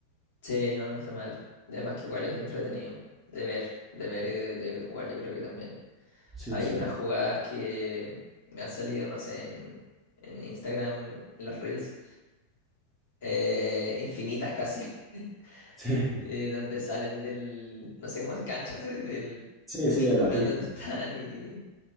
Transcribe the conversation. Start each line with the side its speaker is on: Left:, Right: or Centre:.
Left: Sí, no, no está mal. Y Además que igual es entretenido de ver, de ver y de, de jugar, yo creo que también.
Centre: Sí,
Left: Hay
Centre: sí.
Left: unas jugadas que me han salido, no sé, en, en Instagram, en los Reels, eh, infinitas casi. <laughs>
Centre: Sí,
Left: eh,
Centre: <laughs>
Left: donde salen del, no sé cómo es, canchas, eh, del
Centre: sí,
Left: cubículo
Centre: sí, de la pista.
Left: en donde <laughs> están y